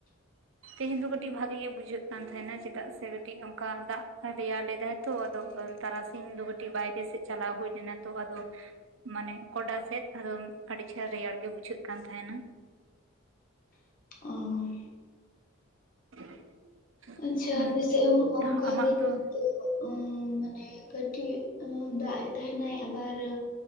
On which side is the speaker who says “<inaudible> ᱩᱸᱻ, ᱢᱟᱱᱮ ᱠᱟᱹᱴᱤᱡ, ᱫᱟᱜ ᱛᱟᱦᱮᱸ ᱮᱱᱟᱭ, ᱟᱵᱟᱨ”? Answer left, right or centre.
Left